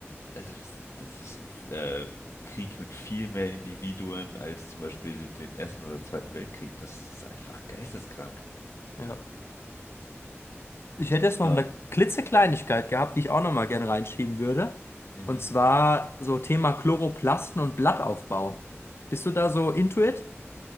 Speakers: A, on the left (about 70°); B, on the left (about 60°).
A: also das das ist ein äh, Krieg mit viel mehr Individuen als zum Beispiel dem Ersten oder Zweiten Weltkrieg. Das ist einfach geisteskrank.
B: Ja. Ich hätte jetzt
A: Äh,
B: noch eine klitzekleinigkeit gehabt, die ich auch noch mal gerne reinschieben würde.
A: mhm.
B: Und zwar so Thema Chloroplasten und Blattaufbau. Bist du da so into it?